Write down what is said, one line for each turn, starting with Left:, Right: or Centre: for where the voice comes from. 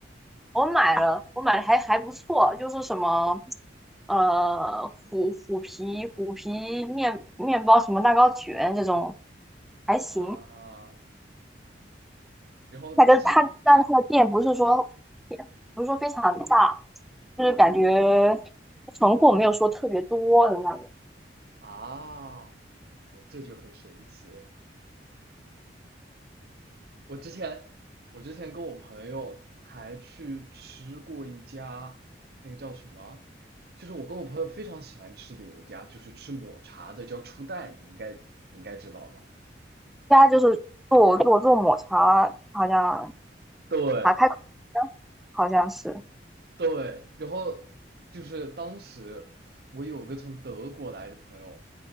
Centre: 我买了，我买的还还不错，就是什么，呃，虎虎皮虎皮面面包什么蛋糕卷这种，还行。
Right: <laughs> 啊，然后这
Centre: 它跟他，但是他的店不是说不是说非常大，就是感觉存货没有说特别多的那种。
Right: 啊，啊这就很神奇了我之前，我之前跟我朋友还去吃过一家，那个叫什么？就是我跟我朋友非常喜欢吃的有一家，就是吃抹茶的，叫初代，你应该你应该知道吧？
Centre: 家就是做做做抹茶，好像
Right: 对，
Centre: 打开口好像是，
Right: 对，然后就是当时我有个从德国来的朋友，